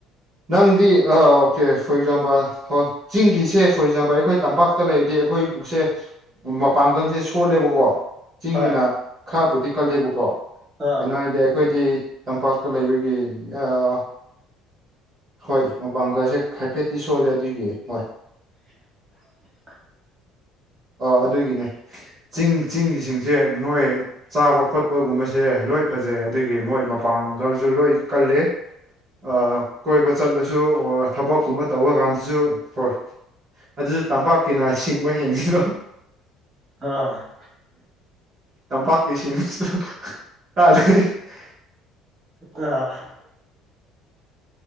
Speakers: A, on the right; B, on the right.
A: ꯅꯪꯗꯤ ꯑꯣꯀꯦ ꯐꯣꯔ ꯑꯦꯛꯖꯥꯝꯄꯜ ꯍꯣꯏ ꯆꯤꯡꯒꯤꯁꯦ ꯐꯣꯔ ꯑꯦꯛꯖꯥꯝꯄꯜ ꯑꯩꯈꯣꯏ ꯇꯝꯄꯥꯛꯇ ꯂꯩꯔꯗꯤ ꯑꯩꯈꯣꯏꯁꯦ ꯃꯄꯥꯡꯒꯜꯁꯦ ꯁꯣꯜꯂꯦꯕꯀꯣ ꯆꯤꯡꯒꯤꯅ
B: ꯍꯣꯏ
A: ꯈꯔꯕꯨꯗꯤ ꯀꯜꯂꯦꯕꯀꯣ
B: ꯑꯥ
A: ꯀꯩꯅꯣ ꯍꯥꯏꯗꯤ ꯑꯩꯈꯣꯏꯗꯤ ꯇꯝꯄꯥꯛꯇ ꯂꯩꯕꯒꯤ ꯑꯥ ꯍꯣꯏ ꯃꯄꯥꯡꯒꯜꯁꯦ ꯍꯥꯏꯐꯦꯠꯇꯤ ꯁꯣꯜꯂꯦ ꯑꯗꯨꯒꯤ ꯍꯣꯏ
B: <unintelligible>
A: ꯑꯥ ꯑꯗꯨꯒꯤꯅꯦ ꯆꯤꯡ ꯆꯤꯡꯒꯤꯁꯤꯡꯁꯦ ꯃꯣꯏ ꯆꯥꯕ ꯈꯣꯠꯄꯒꯨꯝꯕꯁꯦ ꯂꯣꯏ ꯐꯖꯩ ꯑꯗꯨꯗꯒꯤ ꯃꯣꯏ ꯃꯄꯥꯡꯒꯜꯁꯨ ꯂꯣꯏ ꯀꯜꯂꯦ ꯑꯥ ꯀꯣꯏꯕ ꯆꯠꯂꯁꯨ ꯍ ꯊꯕꯛꯀꯨꯝꯕ ꯇꯧꯕ ꯀꯥꯟꯗꯁꯨ ꯍꯣꯏ ꯑꯗꯨꯁꯨ ꯇꯝꯄꯥꯛꯀꯤꯅ ꯁꯤꯡꯕ ꯍꯦꯟꯈꯤꯔꯣ
B: ꯑꯥ
A: ꯇꯝꯄꯥꯛꯀꯤꯁꯤꯡ <unintelligible>
B: ꯑ